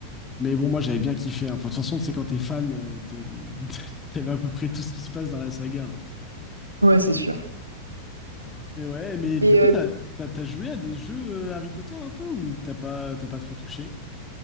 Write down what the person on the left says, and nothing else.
Mais bon, moi j'avais bien kiffé. hein. Enfin, de toute façon, c'est quand t'es fan, euh, t'a- <laughs> t'aimes à peu près tout ce qui se passe dans la saga. hein.
Et ouais, mais du
coup,
t'as, t'as, t'as joué à des jeux euh, Harry Potter un peu ou t'as pas, t'as pas trop touché?